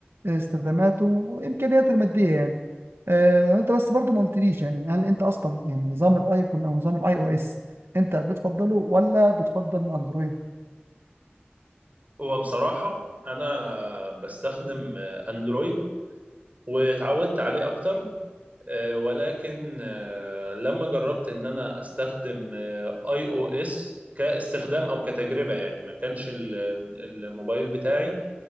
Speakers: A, on the right; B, on the right.
A: آه، استخداماته وامكانياته الماديه يعني آه، انت بس برضو ما قلتليش يعني هل انت اصلا يعني نظام الايفون او نظام الاي او اس انت بتفضله ولا بتفضل الاندرويد
B: هو بصراحة انا بستخدم آه، اندرويد واتعودت عليه اكتر آه، ولكن آه، لما جربت ان انا استخدم آه، اي او اس كاستخدام او كتجربة يعني ما كانش ال- الموبايل بتاعي